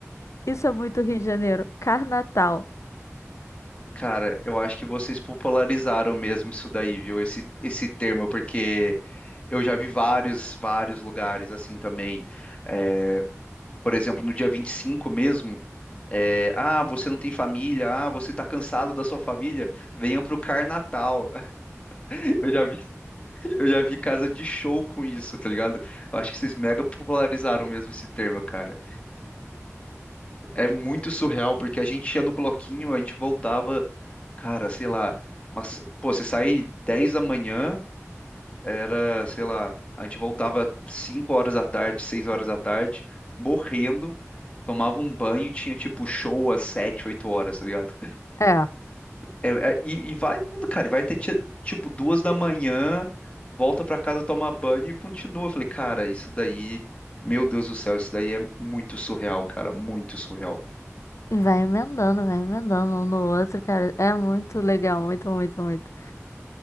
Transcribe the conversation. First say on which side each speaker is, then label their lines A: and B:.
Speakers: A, on the left; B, on the left.
A: isso é muito Rio de Janeiro, Carnatal.
B: Cara, eu acho que vocês popularizaram mesmo isso daí, viu? Esse, esse termo, porque eu já vi vários, vários lugares assim também. É, por exemplo, no dia 25, mesmo, é, ah, você não tem família, ah, você tá cansado da sua família, venha pro Carnatal. <laughs> Eu já vi, eu já vi casa de show com isso, tá ligado? Eu acho que vocês mega popularizaram mesmo esse termo, cara. É muito surreal, porque a gente ia no bloquinho, a gente voltava, cara, sei lá, mas, pô, você sair 10 da manhã, era, sei lá, a gente voltava 5 horas da tarde, 6 horas da tarde, morrendo, tomava um banho e tinha, tipo, show às 7, 8 horas, tá ligado?
A: É.
B: É- é- e, e vai indo, cara, e vai até, ti- tipo, 2 da manhã, volta pra casa tomar banho e continua. Eu falei, cara, isso daí, meu Deus do céu, isso daí é muito surreal, cara, muito surreal.
A: Vai emendando, vai emendando um no outro, cara. É muito legal, muito, muito, muito.